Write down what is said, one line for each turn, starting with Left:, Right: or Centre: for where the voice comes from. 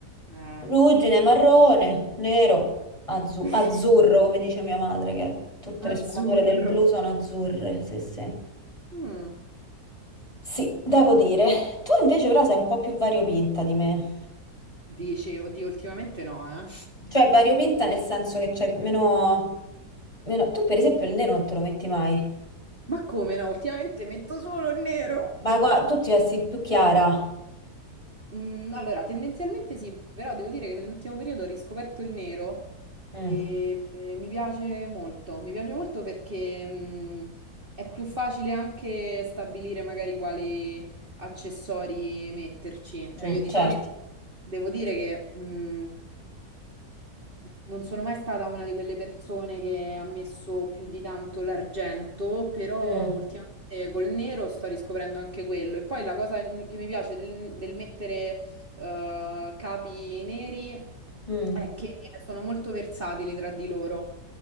Right: Ah.
Left: Ruggine, marrone, nero, azzu-
Right: <laughs>
Left: azzurro, come dice mia madre, che tutte le
Right: Azzurro.
Left: sfumature del blu sono azzurre. Sì, sì.
Right: Mm.
Left: Sì, devo dire. Tu invece però sei un po' più variopinta di me.
Right: Dici, oddio, ultimamente no, eh.
Left: Cioè, variopinta nel senso che c'hai meno, meno... Tu per esempio il nero non te lo metti mai.
Right: Ma come no? Ultimamente metto solo il nero.
Left: Ma guarda, tu ti vesti più chiara.
Right: Mm, allora, tendenzialmente sì, però devo dire che nell'ultimo periodo ho riscoperto il nero
Left: Mm.
Right: E, e mi piace molto, mi piace molto perché mh, è più facile anche stabilire magari quali accessori metterci. Cioè
Left: Mm,
Right: io di
Left: certo.
Right: solito devo dire che mh, non sono mai stata una di quelle persone che ha messo più di tanto l'argento, però
Left: Mm,
Right: ultimamente col nero sto riscoprendo anche quello. E poi la cosa che mi piace del, del mettere eh, capi neri
Left: mm.
Right: è che sono molto versatili tra di loro.